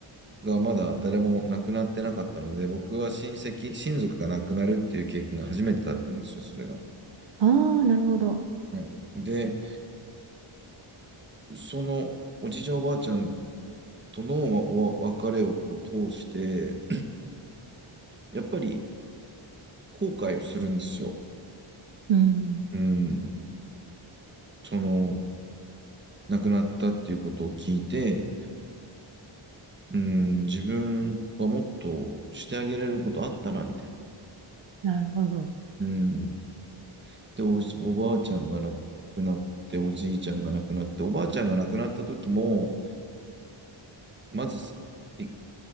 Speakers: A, on the right (about 20°); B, on the right (about 60°).
A: がまだ誰も亡くなってなかったので、僕は親戚、親族が亡くなるっていう経験が初めてだったんですよ、それが。
B: あー、なるほど。
A: はい、で、そのおじいちゃん、おばあちゃんとのわ別れをこう通して、やっぱり後悔をするんですよ。
B: うん。
A: うん。その、亡くなったっていうことを聞いて、うん、自分はもっとしてあげれることあったな、みたい
B: なるほど。
A: な。うん。で、おじ、おばあちゃんが亡くなって、おじいちゃんが亡くなって、おばあちゃんが亡くなった時も、まず、い